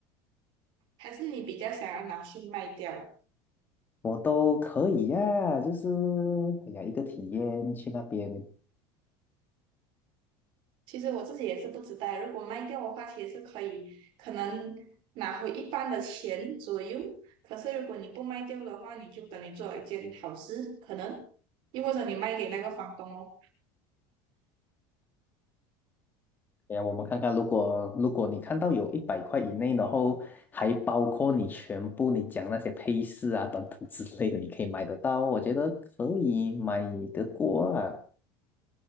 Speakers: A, on the right (about 50°); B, on the left (about 15°).
A: 还是你比较想要拿去卖掉？
B: <laughs> 我都可以呀、就是哎呀一个体验去那边
A: 其实我自己也是不知道，如果卖掉的话，其实是可以，可能拿回一半的钱左右。可是如果你不卖掉的话，你就等于做了一件好事，可能，又或者你卖给那个房东哦。
B: 哎呀，我们看看，如果如果你看到有一百块以内，然后还包括你全部你讲那些配饰啊等等之类的，你可以买得到，我觉得可以买得过啊。